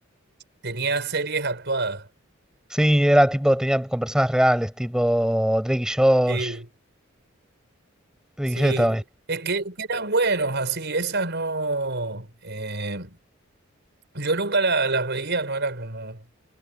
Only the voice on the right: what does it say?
tenía series actuadas.
Sí,
sí.
Es que, que eran buenos así, esas no. eh, yo nunca la- las veía, no era como.